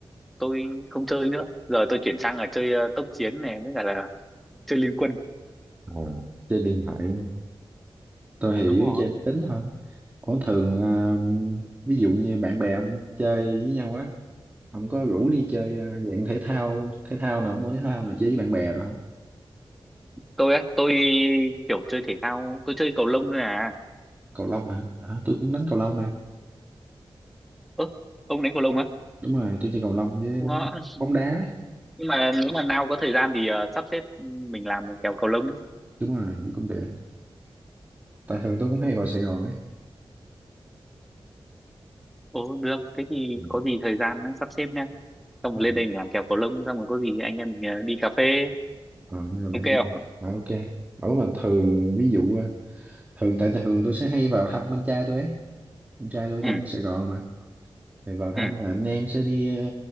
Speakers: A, in the centre; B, on the right.
A: tôi không chơi nữa giờ tôi chuyển sang là chơi ờ, tốc chiến này với cả là chơi liên quân
B: à. chơi điện thoại tôi thì
A: đúng
B: dưới
A: rồi
B: chơi máy tính thôi có thường ờ, ví dụ như bạn bè ông chơi với nhau á ông có rủ đi chơi ờ, dạng thể thao thể thao nào môn thể thao nào chơi với bạn bè rồi
A: tôi á tôi kiểu chơi thể thao tôi chơi cầu lông thôi à
B: cầu lông hả à, tôi cũng đánh cầu lông nè
A: ơ ông đánh cầu lông á
B: đúng rồi tôi chơi cầu lông với
A: ngon
B: bóng bóng đá
A: <laughs> nhưng mà nếu mà nào có thời gian thì ờ, sắp xếp mình làm một kèo cầu lông
B: đúng rồi với cũng được tại thường tôi cũng hay vào Sài Gòn ấy
A: ồ được thế thì
B: ừ.
A: có gì thời gian á, sắp xếp nha xong rồi
B: Ừ.
A: lên đây mình làm kèo cầu lông xong rồi có gì anh em mình ờ, đi cà phê
B: Ờ, nhưng mà bạn
A: ok
B: bạn
A: không
B: mà ok bảo mà thường ví dụ ờ, thường tại thường tôi sẽ hay vào thăm anh trai tôi ấy anh trai tôi
A: ừ
B: trong Sài Gòn mà rồi vào thăm
A: ừ
B: rồi anh em sẽ đi ờ,